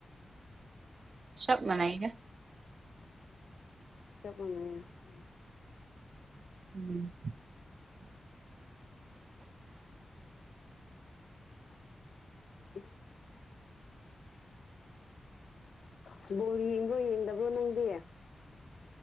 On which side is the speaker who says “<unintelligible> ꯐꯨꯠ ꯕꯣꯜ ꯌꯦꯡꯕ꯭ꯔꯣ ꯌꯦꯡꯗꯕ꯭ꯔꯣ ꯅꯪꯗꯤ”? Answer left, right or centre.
Left